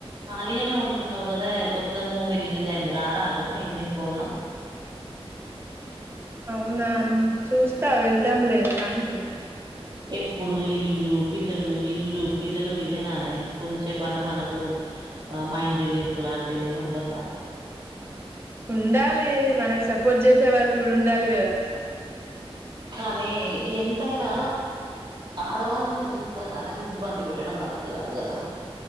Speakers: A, on the right (about 50°); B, on the right (about 20°).
A: ఖాళీగానే ఉంటున్నావు కదా కొత్త మూవీ రిలీజ్ అయింది రా రాదు ఈవినింగ్ పోదాం
B: అవునా చూస్తా వెళ్దాంలే సాయంత్రం
A: ఎప్పుడు ఇల్లు పిల్లలు ఇల్లు పిల్లలు ఇదేనానే కొంచేపన్న మనకు ఆ మైండ్ రిలీఫ్ లాంటిది ఏది ఉండద్దా
B: ఉండాలి మనకు సపోర్ట్ చేసే వాళ్ళు కూడా ఉండాలి కదా
A: కానీ ఎంతైనా ఆడవాళ్ళ ఇంతగానం ఇబ్బంది పెట్టడం కరెక్ట్ కాదు కదా